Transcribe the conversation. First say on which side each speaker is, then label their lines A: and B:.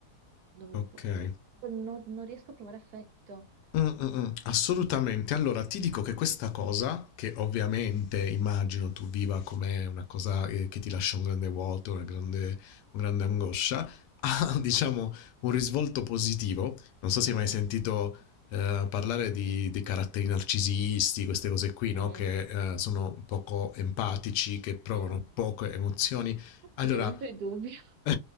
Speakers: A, on the right; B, on the left.
A: non mi
B: okay.
A: impo- cioè, non non riesco a provare affetto.
B: Mh, mh, mh, assolutamente. Allora ti dico che questa cosa, che ovviamente immagino tu viva come una cosa, ehm, che ti lascia un grande vuoto, una grande un grande angoscia, <laughs> ha diciamo un risvolto positivo. Non so se
A: Mm,
B: hai mai sentito, ehm, parlare di dei caratteri narcisisti, queste cose qui, no,
A: mm,
B: che, ehm, sono poco empatici, che provano
A: mm.
B: poche emozioni. Allora
A: Sì, mi è venuto il dubbio.
B: <laughs>